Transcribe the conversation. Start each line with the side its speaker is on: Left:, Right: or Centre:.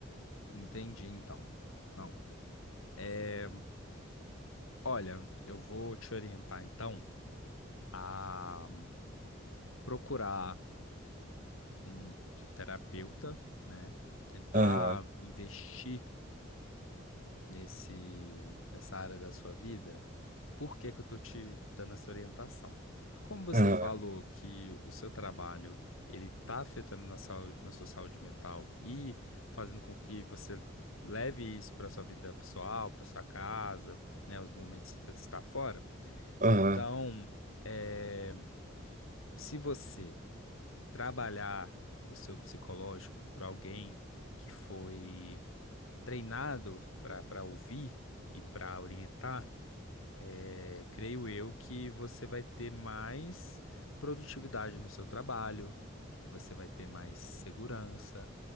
Left: entendi então. Não. É, olha, eu vou te orientar então a procurar um terapeuta, né? Tentar
Right: Aham,
Left: investir nesse, nessa área da sua vida. Por que que eu tô te dando essa orientação? Como você
Right: aham,
Left: falou que o seu trabalho ele está afetando na, saúde, na sua saúde mental e fazendo com que você leve isso para sua vida pessoal, para sua casa, né? Os momentos que você está fora.
Right: aham,
Left: Então, é, se você trabalhar o seu psicológico por alguém que foi treinado para para ouvir e para orientar, é, creio eu que você vai ter mais produtividade no seu trabalho, você vai ter mais segurança